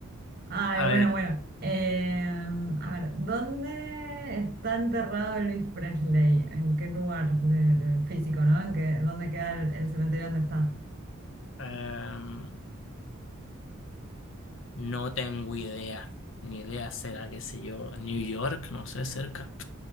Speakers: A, on the right; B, on the left.
A: Ay,
B: A
A: bueno,
B: a ver.
A: bueno. Em, a ver, ¿dónde está enterrado Elvis Presley? ¿En qué lugar de- de físico, no? ¿En qué, dónde queda el, el cementerio donde está?
B: em, no tengo idea. Ni idea será, qué sé yo. New York, no sé, cerca.